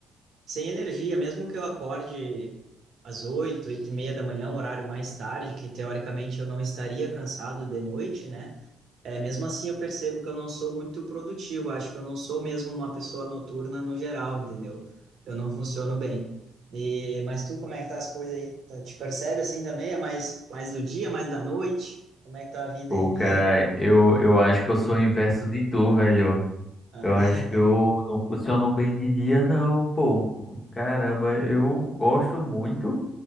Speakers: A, on the right; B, on the left.
A: sem energia, mesmo que eu acorde às oito, oito e meia da manhã, um horário mais tarde, que teoricamente eu não estaria cansado de noite, né? É, mesmo assim, eu percebo que eu não sou muito produtivo. Acho que eu não sou mesmo uma pessoa noturna no geral, entendeu? Eu não funciono bem. E, mas tu, como é que tá as coisas aí? Tá- Te percebe assim também? É mais, mais do dia, mais da noite? Como é que tá a vida
B: Pô,
A: aí?
B: cara,
A: <laughs>
B: eu, eu acho que eu sou o inverso de tu, velho.
A: Ah,
B: Eu acho que eu não funciono bem de dia, não, pô. Caramba, eu gosto muito